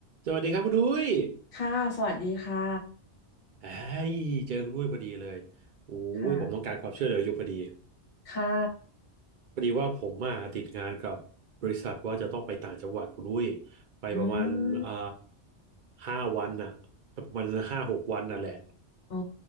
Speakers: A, on the right; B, on the left.
A: สวัสดีครับคุณดุ้ย
B: ค่ะ สวัสดีค่ะ
A: ไอ้ยเจอคุณดุ้ยพอดีเลยโอ้ยผมต้องการความช่วยเหลืออยู่พอดี
B: ค่ะค่ะ
A: พอดีว่าผมมาติดงานกับบริษัทว่าจะต้องไปต่างจังหวัดคุณดุ้ยไปประมาณอ่า
B: อืม
A: ห้าวันน่ะประมาณห้าหกวันน่ะแหละ
B: โอ้